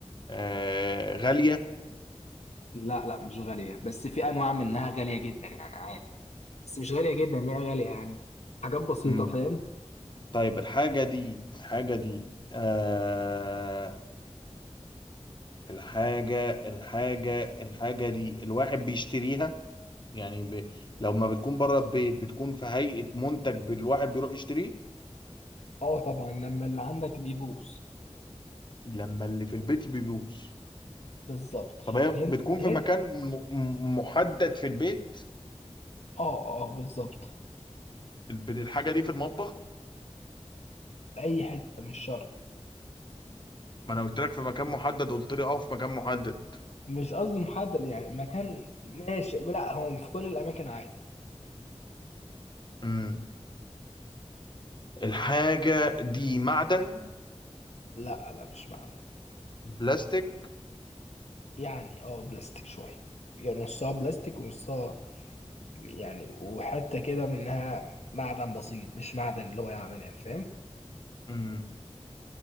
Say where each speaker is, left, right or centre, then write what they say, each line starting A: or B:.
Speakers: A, on the left; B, on the left.
A: آه غالية
B: لا لا مش غالية بس في أنواع منها غالية جدا يعني عادي بس مش غالية جدا ليه غالية يعني حاجات بسيطة
A: مم.
B: فاهم
A: طيب الحاجة دي الحاجة دي آه الحاجة الحاجة الحاجة دي الواحد بيشتريها يعني ب... لو ما بتكون بره البيت بتكون في هيئة منتج ب- الواحد بيروح يشتريه
B: اه طبعا لما اللي عندك بيبوظ
A: لما اللي في البيت بيبوظ
B: بالظبط شوف
A: طب هي
B: هنت
A: بتكون
B: هنت
A: في مكان م... م- محدد في البيت
B: اه اه بالظبط
A: الب- الحاجة دي في المطبخ
B: في اي حته مش شرط
A: ما انا قلت لك في مكان محدد قلت لي اه في مكان محدد
B: مش قصدي محدد يعني مكان ماشي لا هو في كل الاماكن عادي
A: مم. الحاجة دي معدن
B: لا لا مش معدن
A: بلاستيك
B: يعني اه بلاستيك شويه يعني نصها بلاستيك ونصها يعني وحته كده منها معدن بسيط مش معدن اللي هو يعني يعني فاهم
A: مم.